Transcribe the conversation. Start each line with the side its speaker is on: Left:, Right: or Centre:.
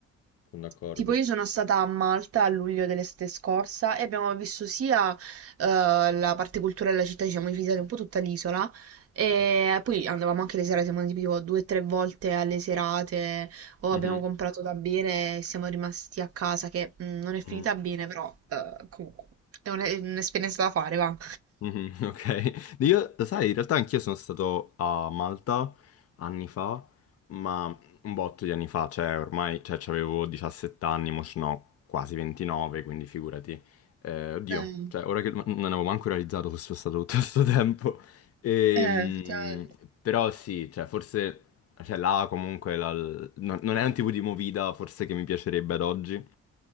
Left: sono d'accordo.
Right: Tipo io sono stata a Malta a luglio dell'estate scorsa e abbiamo visto sia eh, la parte culturale della città, ci siamo visitati un po' tutta l'isola e
Left: Mhm,
Right: poi andavamo anche le serate, siamo andati tipo due o tre volte alle serate o
Left: mhm,
Right: abbiamo comprato da bere e siamo rimasti a casa che mh, non è finita
Left: mhm.
Right: bene, però eh, comunque è un- è un'esperienza da fare, va.
Left: Mhm, <laughs> ok, io, lo sai, in realtà anch'io sono stato a Malta anni fa, ma un botto di anni fa, cioè ormai, cioè avevo 17 anni, mo sono quasi 29, quindi figurati. Eh, oddio,
Right: Eh,
Left: cioè ora che non avevo manco realizzato che fosse stato tutto questo <laughs> tempo, Ehm,
Right: eh, effettivamente.
Left: però sì, cioè forse cioè, là comunque la- non, non è un tipo di movida forse che mi piacerebbe ad oggi.